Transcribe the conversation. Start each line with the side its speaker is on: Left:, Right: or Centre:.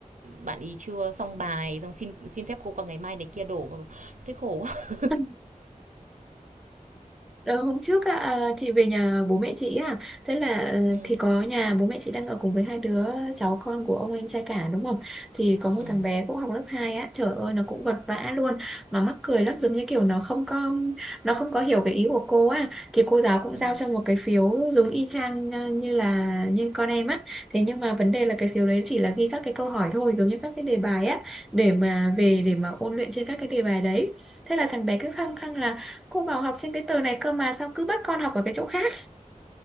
Right: bạn ý chưa xong bài xong xin xin phép cô qua ngày mai này kia đổ thế khổ quá
Centre: ờ Ờ, hôm trước á, à, chị về nhà bố mẹ chị à thế là ờ,
Right: <laughs> ừ,
Centre: thì có nhà bố mẹ chị đang ở cùng với hai đứa cháu con của ông anh trai cả đúng không thì có một
Right: ừ,
Centre: thằng bé cũng học lớp 2 á trời ơi nó cũng vật vã luôn mà mắc cười lắm giống như kiểu nó không có nó không có hiểu cái ý của cô á thì cô giáo cũng
Right: ừ,
Centre: giao cho một cái phiếu giống y chang ờ, như là như con em á thế nhưng mà vấn đề là cái phiếu đấy chỉ là ghi các cái câu hỏi thôi giống như các cái đề bài á để mà về để mà ôn luyện trên các cái đề bài đấy thế là thằng bé cứ khăng khăng là cô bảo học trên cái tờ này cơ mà sao cứ bắt con học ở cái chỗ khác